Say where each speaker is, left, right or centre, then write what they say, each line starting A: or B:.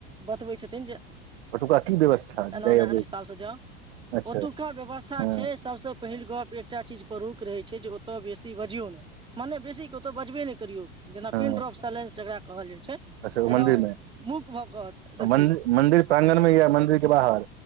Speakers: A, on the right; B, on the right.
A: बतबै छथिन जे
B: ओतुका की व्यवस्था
A: एना
B: जाय
A: एना
B: अबै
A: हिसाबसे जाउ,
B: अच्छा
A: ओतुका व्यवस्था
B: हँ
A: छै सबसँ पहिल गप एकटा चीजपर रोक रहै छै जे ओतय बेसी बजियौ नै मनेे बेसी ओतय बजबे नहि करियौ जेना
B: हँ
A: पिन ड्रॉप साइलेंस जेकां कहल जाइ छै। एकदम
B: अच्छा मन्दिर मे,
A: मूक भऽ कऽ देखियौ
B: मन्दिर प्रांगण या मन्दिर के बाहर